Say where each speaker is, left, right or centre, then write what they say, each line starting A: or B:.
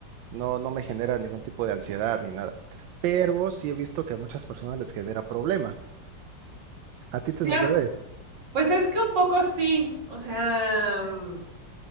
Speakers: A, on the right (about 85°); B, on the right (about 70°).
A: no, no me genera ningún tipo de ansiedad ni nada. Pero sí he visto que a muchas personas les genera problema. ¿A ti te
B: Sí,
A: sucede?
B: am- pues es que un poco sí, o sea... mm,